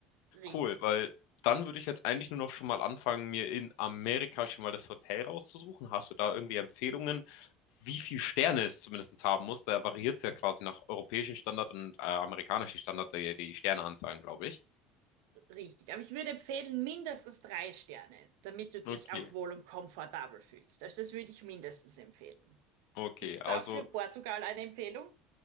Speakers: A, on the right (about 85°); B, on the left (about 70°).
A: richtig.
B: Cool, weil dann würde ich jetzt eigentlich nur noch schon mal anfangen, mir in Amerika schon mal das Hotel rauszusuchen. Hast du da irgendwie Empfehlungen, wie viel Sterne es zumindestens haben muss? Da variiert es ja quasi nach europäischen Standard und, äh, amerikanischen Standard die die Sterneanzahlen, glaube ich.
A: Richtig, aber ich würde empfehlen, mindestens drei Sterne, damit du dich
B: Okay.
A: auch wohl und komfortabel fühlst. Also das würde ich mindestens empfehlen.
B: Okay,
A: Gibt es
B: also,
A: da auch für Portugal eine Empfehlung?